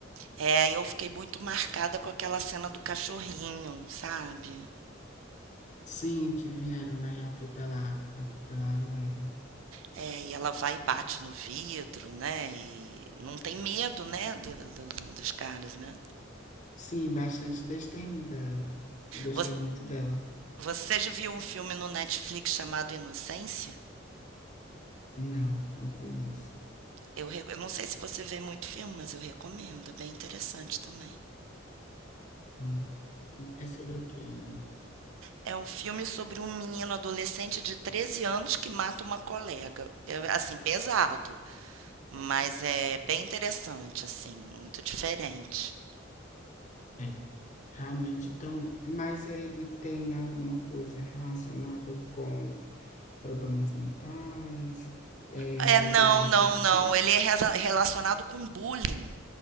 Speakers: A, on the right (about 85°); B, on the left (about 40°).
A: É, eu fiquei muito marcada com aquela cena do cachorrinho, sabe?
B: Sim, que vieram, né, e atropelar, atropelaram ele.
A: É, e ela vai e bate no vidro, né? E não tem medo, né, do- do- do- dos caras, né?
B: Sim, bastante destemida ela. Eu gostei
A: Você,
B: muito dela.
A: você já viu um filme no Netflix chamado Inocência?
B: Não, não conheço.
A: Eu, re- eu não sei se você vê muito filme, mas eu recomendo, é bem interessante também.
B: Hum, É sobre o que ele?
A: É um filme sobre um menino adolescente de 13 anos que mata uma colega. É, assim, pesado, mas é bem interessante, assim, muito diferente.
B: É, realmente. Então, mas ele tem alguma coisa relacionada com problemas mentais? É
A: É,
B: mais
A: não,
B: alguma
A: não,
B: coisa
A: não.
B: assim?
A: Ele é reza- relacionado com bullying.